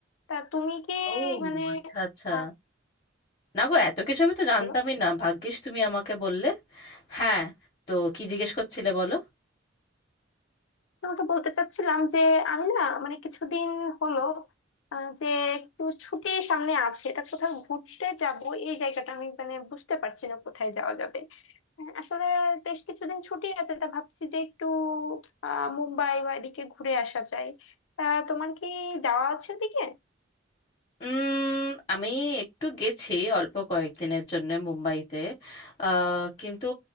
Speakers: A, on the left; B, on the left.
A: তা তুমি কি
B: ও
A: মানে
B: আচ্ছা আচ্ছা
A: আহ,
B: না গো
A: হ্যাঁ,
B: এত কিছু আমি তো
A: বলো
B: জানতামই না ভাগ্যিস তুমি আমাকে বললে হ্যাঁ তো কি জিজ্ঞেস করছিলে বলো
A: তোমাকে বলতে চাচ্ছিলাম যে আমি না মানে কিছুদিন হলো আহ, যে একটু ছুটি সামনে আছে এটা কোথাও ঘুরতে যাব এই জায়গাটা আমি মানে বুঝতে পারছি না কোথায় যাওয়া যাবে হ্যাঁ, আসলে বেশ কিছুদিন ছুটি আছে তা ভাবছি যে একটু আহ মুম্বাই বা এদিকে ঘুরে আসা যায় তা তোমার কি যাওয়া আছে ওদিকে
B: উম আমি একটু গেছি অল্প কয়েকদিনের জন্য মুম্বাইতে আহ কিন্তু